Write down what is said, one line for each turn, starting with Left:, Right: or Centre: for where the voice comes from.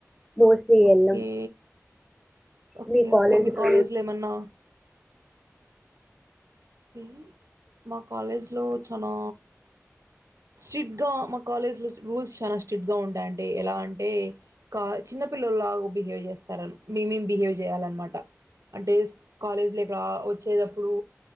Centre: మోస్ట్లీ
Right: ఓకే
Centre: ఎల్లం
Right: ఓకే
Centre: మీ కాలేజ్
Right: ఓకే మీ
Centre: లో
Right: కాలేజ్లో ఏమన్నా ఉమ్ మా కాలేజ్లో చాలా స్ట్రిక్ట్గా మా కాలేజ్లో రూల్స్ చాలా స్ట్రిక్ట్గా ఉంటాయంటే ఎలా అంటే కా చిన్న పిల్లలుగా బిహేవ్ చేస్తారు మేమేం బిహేవ్ చేయాలన్నమాట అంటే కాలేజ్లో ఇక్కడ వచ్చేటప్పుడు